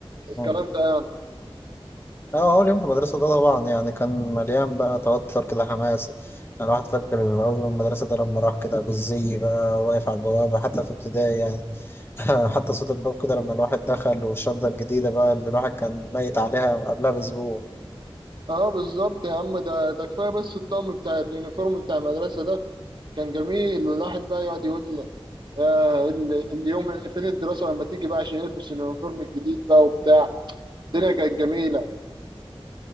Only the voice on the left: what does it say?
امم.
اه اول يوم في المدرسة ده طبعا يعني كان مليان بقى توتر كده حماس انا الواحد فاكر اول يوم المدرسة ده لما راح كده بالزي بقى واقف على البوابة حتى في ابتدائي يعني <laughs> حتى صوت الباب كده لما الواحد دخل والشنطة الجديدة بقى اللي الواحد كان ميت عليها قبلها بأسبوع